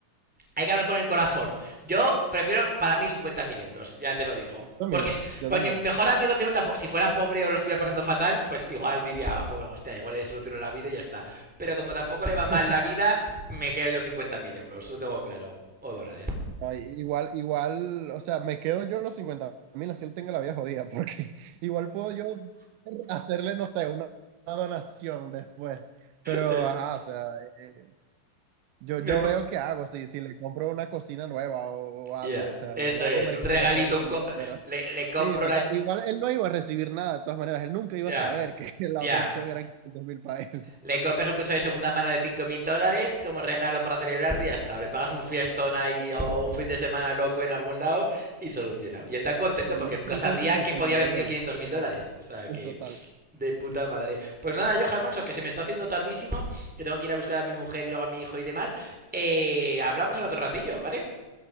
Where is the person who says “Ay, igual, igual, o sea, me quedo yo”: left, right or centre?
Right